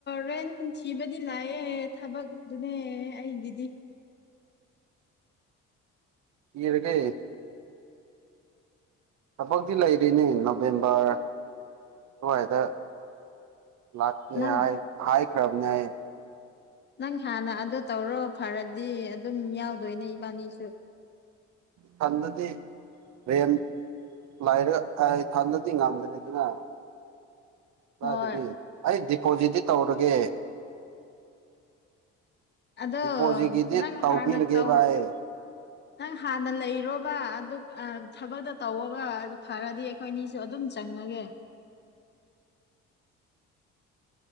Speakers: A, on the left; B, on the right.
A: ꯔꯦꯟ ꯊꯤꯕꯗꯤ ꯂꯥꯛꯑꯦ ꯊꯕꯛꯇꯨꯅꯦ ꯑꯩꯒꯤꯗꯤ
B: ꯀꯤꯔꯀꯦ ꯊꯕꯛꯇꯤ ꯂꯩꯔꯤꯅꯤ ꯅꯣꯕꯦꯝꯕꯔ ꯑꯗꯨꯋꯥꯏꯗ ꯂꯥꯛꯀꯤ
A: ꯅꯪ
B: ꯍꯥꯏ ꯀ꯭ꯔꯕꯅꯦꯏ
A: ꯅꯪ ꯍꯥꯟꯅ ꯑꯗꯨ ꯇꯧꯔꯣ ꯐꯔꯗꯤ ꯑꯗꯨꯝ ꯌꯥꯎꯗꯣꯏꯅꯦ ꯏꯕꯥꯅꯤꯁꯨ
B: ꯁꯗꯗꯤ ꯝ ꯂꯥꯏꯔꯦ ꯑꯩ ꯊꯟꯗꯗꯤ ꯉꯝꯗ꯭ꯔꯦ ꯑꯗꯨꯅ ꯃꯥꯗꯒꯤ
A: ꯍꯣꯏ
B: ꯑꯩ ꯗꯤꯄꯣꯖꯤꯗꯤ ꯇꯧꯔꯒꯦ
A: ꯑꯗꯣ
B: ꯗꯤꯄꯣꯖꯤꯠꯀꯤꯗꯤ
A: ꯅꯪ
B: ꯇꯧꯕꯤꯔꯒꯦꯕ
A: ꯍꯥꯟꯅ ꯇꯧ
B: ꯑꯩ
A: ꯅꯪ ꯍꯥꯟꯅ ꯂꯩ ꯍꯥꯏꯔꯣꯕ ꯑꯗꯨ ꯊꯕꯛꯇꯣ ꯇꯧꯕ ꯐꯔꯗꯤ ꯑꯩꯈꯣꯏꯅꯤꯁꯨ ꯑꯗꯨꯝ ꯆꯪꯉꯒꯦ <unintelligible>